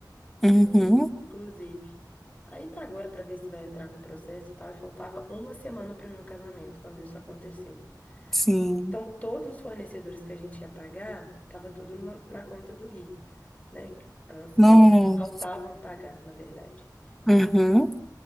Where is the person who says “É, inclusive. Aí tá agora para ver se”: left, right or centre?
Left